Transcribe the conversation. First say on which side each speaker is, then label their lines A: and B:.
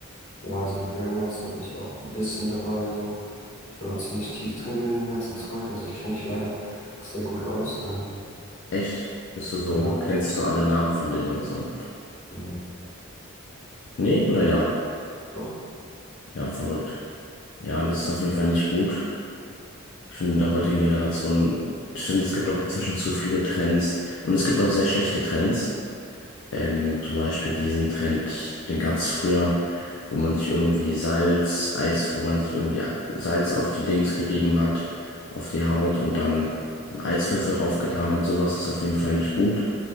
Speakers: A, on the left (about 35°); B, on the left (about 55°).
A: Ja, also die Burnout, da bin ich auch ein bisschen dabei. So. Ich bin auch ziemlich tief drin in dem ganzen Zeug. Also ich kenne mich leider auch sehr gut aus. Ähm,
B: Echt? Bist du so,
A: ja,
B: kennst du so alle Namen von denen und so?
A: ja,
B: Nee oder ja?
A: doch.
B: Ja, verrückt. Ja, das ist auf jeden Fall nicht gut. Ich finde, in der heutigen Generation, ich finde, es gibt auch inzwischen zu viele Trends. Und es gibt auch sehr schlechte Trends. Ähm, zum Beispiel diesen Trend, den gab es früher, wo man sich irgendwie Salz, Eis, wo man sich irgendwie Salz auf die Dings gerieben hat, auf die Haut und dann einen Eiswürfel raufgetan hat. Sowas ist auf jeden Fall nicht gut